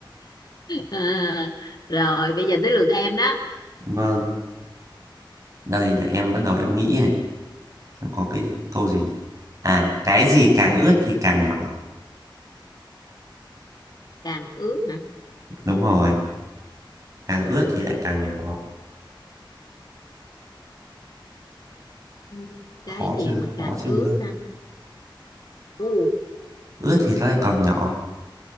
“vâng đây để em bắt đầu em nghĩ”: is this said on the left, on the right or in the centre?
Right